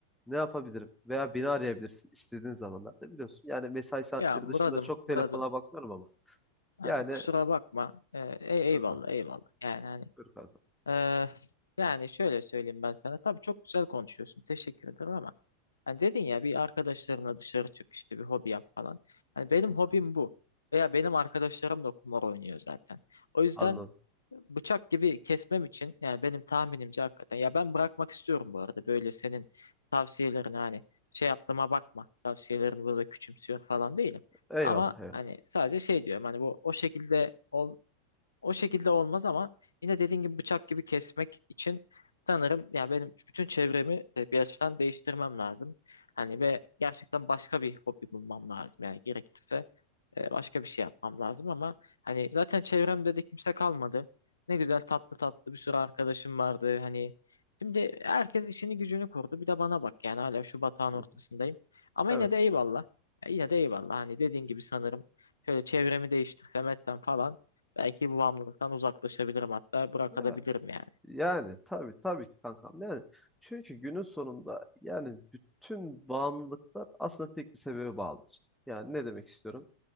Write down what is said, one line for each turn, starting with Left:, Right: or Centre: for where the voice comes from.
Centre: Ne yapabilirim? Veya beni arayabilirsin istediğin zamanlarda biliyorsun. Yani mesai saatleri
Left: Ya Murad'ım,
Centre: dışında çok telefona
Left: Murad'ım
Centre: bakmıyorum ama. Yani
Left: Yani kusura bakma. Ee, ey-
Centre: dur
Left: eyvallah
Centre: kanka,
Left: eyvallah. Yani hani
Centre: dur kanka.
Left: eee, yani şöyle söyleyeyim ben sana. Tabii çok güzel konuşuyorsun. Teşekkür ederim ama Hani dedin ya bir arkadaşlarına dışarı çık işte bir hobi yap falan. Hani
Centre: Kesinlikle.
Left: benim hobim bu. Veya benim arkadaşlarım da kumar oynuyor zaten. O yüzden
Centre: Anladım.
Left: bıçak gibi kesmem için yani benim tahminimce hakikaten ya ben bırakmak istiyorum bu arada böyle senin tavsiyelerini hani şey yaptığıma bakma tavsiyelerini burada küçümsüyor falan değilim
Centre: Eyvallah,
Left: ama
Centre: eyvallah.
Left: hani sadece şey diyorum hani bu o şekilde o şekilde olmaz ama yine dediğin gibi bıçak gibi kesmek için sanırım yani benim bütün çevremi de bir açıdan değiştirmem lazım. Hani ve gerçekten başka bir hobi bulmam lazım. Yani gerekirse e, başka bir şey yapmam lazım ama hani zaten çevremde de kimse kalmadı. Ne güzel tatlı tatlı bir sürü arkadaşım vardı. Hani şimdi herkes işini gücünü kurdu. Bir de bana bak yani hala şu batağın ortasındayım.
Centre: Hı hı.
Left: Ama
Centre: Evet.
Left: yine de eyvallah. Ya yine de eyvallah. Hani dediğin gibi sanırım şöyle çevremi değiştirsem etsem falan Belki bu bağımlılıktan uzaklaşabilirim hatta bırakabilirim
Centre: Ya
Left: yani.
Centre: yani tabii tabii ki kankam. Yani çünkü günün sonunda yani bütün bağımlılıklar aslında tek bir sebebe bağlıdır. Yani ne demek istiyorum?